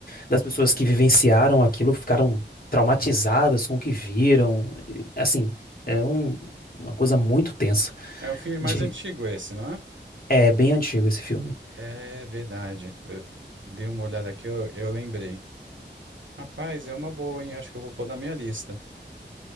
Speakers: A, on the left; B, on the right.
A: das pessoas que vivenciaram aquilo ficaram traumatizadas com o que viram. E, Assim, é um- uma coisa muito tensa.
B: É o filme mais
A: De-
B: antigo esse, não é?
A: É bem antigo esse filme.
B: É verdade. Eu dei uma olhada aqui, eu, eu lembrei. Rapaz, é uma boa, hein? Acho que eu vou pôr na minha lista.